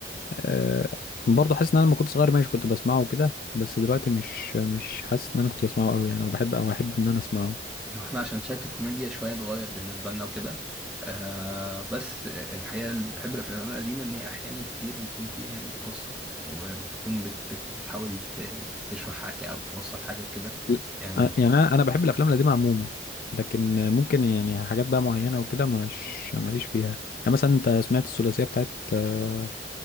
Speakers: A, on the left; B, in the centre.
A: آه، برضه حاسس ان انا لما كنت صغير ماشي كنت بسمعه وكده بس دلوقتي مش مش حاسس ان انا كنت بسمعه قوي يعني وبحب او احب ان انا اسمعه
B: احنا عشان شكل الكوميديا شويه اتغير بالنسبه لنا وكده آه بس الحقيقه اللي بحب الافلام القديمه ان هي احيانا كتير بيكون فيها يعني قصه وبتكون بت بت بتحاول ت- تشرح حاجه او توصل حاجه وكده
A: ل-
B: يعني
A: آه، يعني انا أنا بحب الافلام القديمة عموما لكن آه، ممكن يعني حاجات بقى معينة وكده مش ماليش فيها يعني مثلا انت سمعت الثلاثية بتاعت آه،